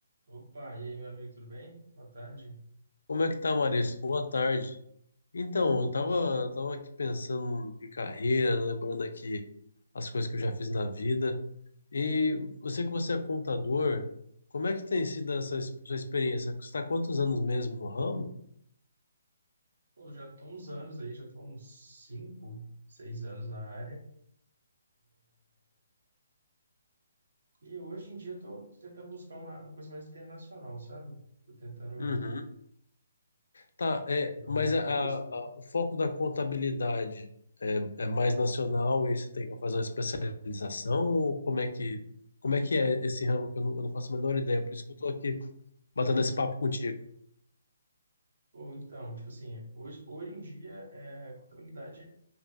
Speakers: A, on the right; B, on the left.
A: Opa, e aí, meu amigo, tudo bem? Boa tarde.
B: Como é que tá, Maurício? Boa tarde. Então, eu tava, tava aqui pensando em carreira, lembrando aqui as coisas que eu já fiz na vida. E você que você é contador, como é que tem sido essa es- sua experiência? Você está quantos anos mesmo no ramo?
A: Pô, eu já tô uns anos aí, já tô uns cinco, seis anos na área. E hoje em dia eu tô tentando buscar uma, uma coisa mais internacional, sabe? Tô tentando
B: Uhum. Tá, é,
A: estudar
B: mas
A: o inglês,
B: a, a- a-
A: tudo.
B: o foco da contabilidade é, é mais nacional e você tem que fazer uma especialização? Ou como é que, como é que é esse ramo que eu não, eu não faço a menor ideia? Por isso que eu tô aqui batendo
A: <laughs>
B: esse papo contigo.
A: Ou então, tipo assim, hoje, hoje em dia é, a contabilidade